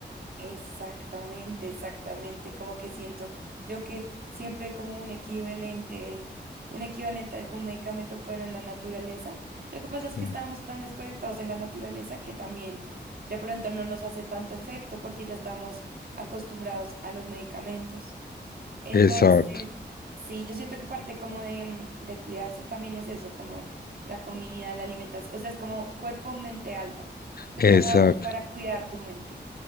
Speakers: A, on the right; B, on the left.
A: Exactamente, exactamente. Como que siento yo que siempre hay como un equivalente, un equivalente a algún medicamento, pero en la naturaleza. Lo que pasa es
B: Sí.
A: que estamos tan desconectados de la naturaleza que también de pronto no nos hace tanto efecto porque ya estamos acostumbrados a los medicamentos. Entonces,
B: Exacto,
A: sí, yo siento que parte como de, mm, de cuidarse también es eso, como la comida, la alimentación. O sea, es como cuerpo, mente, alma. ¿Tú
B: exacto.
A: cómo haces para cuidar tu mente?